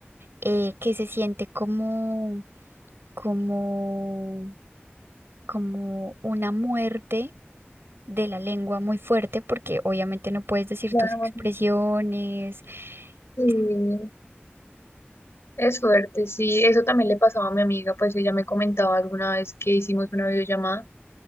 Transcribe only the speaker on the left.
claro,
sí,
es fuerte, sí, eso también le pasaba a mi amiga, pues ella me comentaba alguna vez que hicimos una videollamada